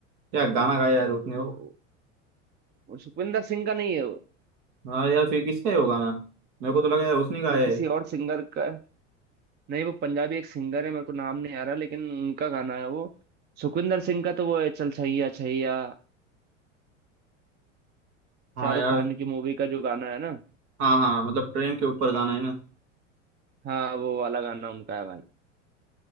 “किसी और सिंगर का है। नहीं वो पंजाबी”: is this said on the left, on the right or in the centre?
Right